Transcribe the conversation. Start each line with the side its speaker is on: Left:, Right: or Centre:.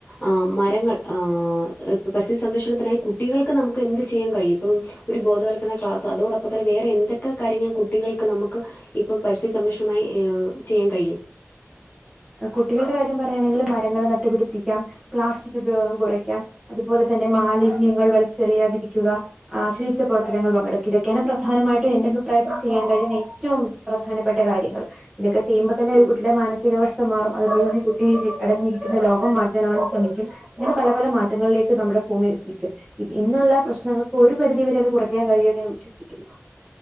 Left: ആഹ് മരങ്ങൾ ആ ഇപ്പം പരിസ്ഥിതി സംരക്ഷണത്തിനായി കുട്ടികൾക്ക് നമുക്ക് എന്ത് ചെയ്യാൻ കഴിയും ഇപ്പം ഒരു ബോധവൽക്കരണ ക്ലാസോ അതോടൊപ്പം തന്നെ വേറെ എന്തൊക്കെ കാര്യങ്ങൾ കുട്ടികൾക്ക് നമുക്ക് ഇപ്പം പരിസ്ഥിതി സംരക്ഷണമായി ഏഹേ ചെയ്യാൻ കഴിയും
Centre: കുട്ടികളുടെ കാര്യം പറയയാണെങ്കില് മരങ്ങൾ നട്ടുപിടിപ്പിക്കാം, പ്ലാസ്റ്റിക് ഉപയോഗം കൊറയ്ക്കാം അതുപോലെ തന്നെ മാലിന്യങ്ങൾ വലിച്ചെറിയാതിരിക്കുക ആഹ് ശുചിത്വ പ്രവർത്തനങ്ങളിൽ പങ്കെടുക്ക ഇതൊക്കെയാണ് പ്രധാനമായിട്ടും എന്റെ അഭിപ്രായത്തിൽ ചെയ്യാൻ കഴിയുന്ന ഏറ്റവും പ്രധാനപ്പെട്ട കാര്യങ്ങള് ഇതൊക്കെ ചെയ്യുമ്പോ തന്നെ
Left: ആ,
Centre: ഒരു കുട്ടിയുടെ മാനസിക അവസ് ത്ത മാറും അതുപോലെ തന്നെ ഈ കുട്ടി അടങ്ങിയിരിക്കുന്ന ലോകം മാറ്റാൻ അവൻ ശ്രമിക്കും അങ്ങനെ പല പല മാറ്റങ്ങളിലേക്ക് നമ്മുടെ ഭൂമി നിക്കും ഇന്നുള്ള പ്രശ്നങ്ങൾക്ക് ഒരു പരിധി വരെ അത് കുറയ്ക്കാൻ കഴിയുന്ന് ഞാൻ വിശ്വസിക്കുന്നു